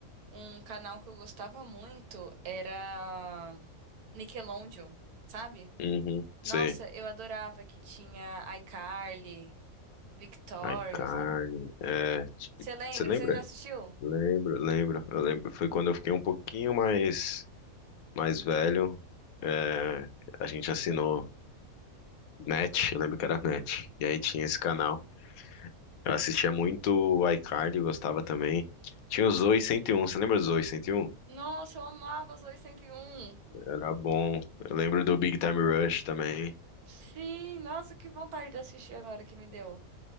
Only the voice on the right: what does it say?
Um canal que eu gostava muito era Nickelodeon, sabe?
Nossa, eu adorava que tinha iCarly, Victorious.
Você lembra?
Você já assistiu?
Nossa, eu amava os 801.
Sim, nossa, que vontade de assistir agora que me deu.